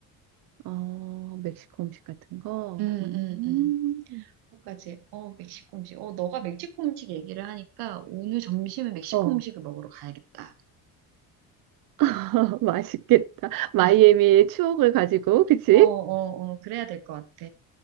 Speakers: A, on the right; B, on the right.
A: 어, 멕시코 음식 같은 거?
B: 응응응
A: 음,
B: 멕시코까지. 어, 멕시코 음식. 어, 너가 멕시코 음식 얘기를 하니까 오늘 점심에 멕시코
A: 어,
B: 음식을 먹으러 가야겠다.
A: <laughs> 맛있겠다. 마이애미의
B: 아,
A: 추억을 가지고, 그치?
B: 어, 어, 어, 그래야 될 것 같아.